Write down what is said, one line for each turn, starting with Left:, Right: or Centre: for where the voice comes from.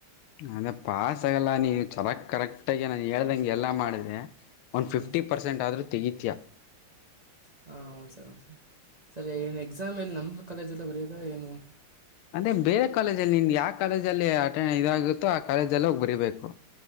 Left: ಅದ ಪಾಸ್ ಆಗಲ್ಲ ನೀವು ಚರಕ್ ಕರೆಕ್ಟ ಆಗಿ ನಾನು ಹೇಳ್ದಂಗೆ ಎಲ್ಲಾ ಮಾಡಿದೆ ಒಂದ
Right: ಹ್ಞೂ
Left: ಫಿಫ್ಟಿ
Right: ಸರ್
Left: ಪರ್ಸೆಂಟ್ ಆದ್ರೂ ತೆಗಿತ್ಯಾ
Right: ಹಾ ಹ್ನ್ ಸರ್ ಹ್ನ್ ಸರ್ ಸರಿ ಏನು ಎಕ್ಸಾಮ್ ಎಲ್ಲಿ ನಮ್ಮ ಕಾಲೇಜಲ್ಲ ಬರಯೋದ ಏನು
Left: ಅದೆ ಬೇರೆ ಕಾಲೇಜಲ್ಲಿ ನಿ ಯಾವ ಕಾಲೇಜಲ್ಲಿ ಅ ಆದಾಗಿತ್ತೋ ಆ ಕಾಲೇಜಲ್ಲ ಹೋಗಿ ಬರಿಬೇಕು